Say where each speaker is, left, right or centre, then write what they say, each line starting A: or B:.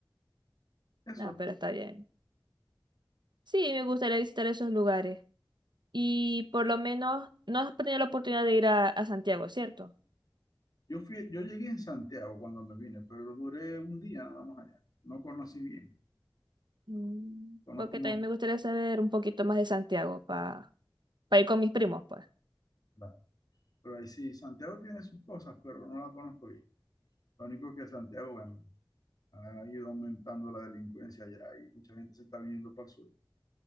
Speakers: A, on the left; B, on the right.
A: eso.
B: Ah, pero está bien. Sí, me gustaría visitar esos lugares. Y por lo menos no has tenido la oportunidad de ir a, a Santiago, ¿cierto?
A: Yo fui, yo llegué en Santiago cuando me vine, pero duré un día nada más allá. No conocí bien.
B: Mm,
A: Conozco
B: Porque
A: más.
B: también me gustaría saber un poquito más de Santiago para ir con mis primos, pues.
A: claro. Pero ahí sí, Santiago tiene sus cosas, pero no la conozco bien. Lo único que Santiago, bueno, ha ido aumentando la delincuencia allá y mucha gente se está viniendo para el sur.